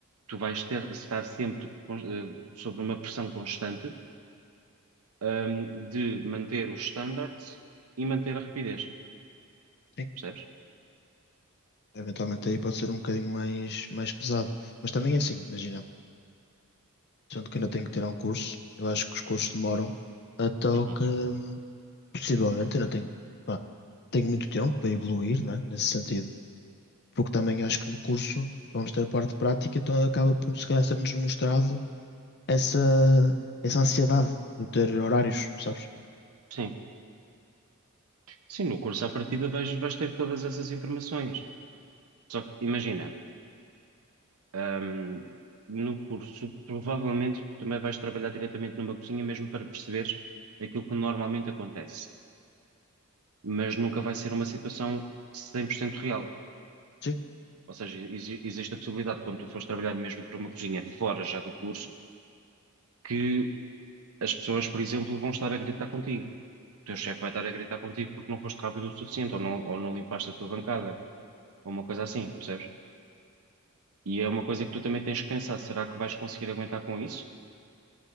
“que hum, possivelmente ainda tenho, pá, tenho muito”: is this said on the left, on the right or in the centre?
Left